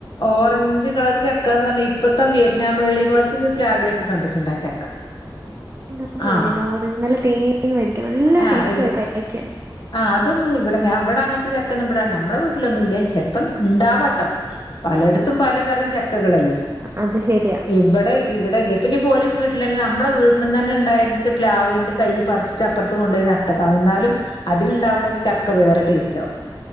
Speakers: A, on the left; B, on the right.
A: ഓറഞ്ച് കളറ് ചക്ക ചക്കാന്ന് പറഞ്ഞ ഇപ്പത്തെ വിയറ്റ്നാം മേളി പോലത്തെ പ്ലാവിലെക്കെ കണ്ടിട്ടുണ്ട് ആ ചക്ക
B: നമ്മളെ
A: ആ
B: എവിടെയിണ്ട് ഓറഞ്ച് നല്ല തേൻ വെരിക്ക നല്ല
A: ആ
B: ടേസ്റ്റാ
A: ഇല്ല
B: അത് കഴിക്കാൻ
A: ആഹ് അതൊന്നും ഇവിടെ ഇവിടെ അങ്ങനത്തെ ചക്കയെന്നും ഇവിടെ നമ്മളെ വീട്ടിലൊന്നും ഇല്ലേ ചെൽപ്പം ഇണ്ടാവട്ടോ? പലയിടത്തും പലതരം ചക്കകളല്ലേ?
B: അത് ശരിയാ
A: ഇവിടെ ഇവിടെ ഇല്ല പിന്നെപ്പൊ ഒരു വീട്ടിലന്നെ നമ്മടെ വീട്ടിൽന്നന്നെ ഇണ്ടായിട്ട് പ്ലാവിന്റെ തയ്യ് പറിച്ചിട്ട് അപ്പുറത്ത് കൊണ്ടോയി നട്ട എന്നാലും അതില്ണ്ടാവ്ണ ചക്ക വേറെ ടേസ്റ്റാകും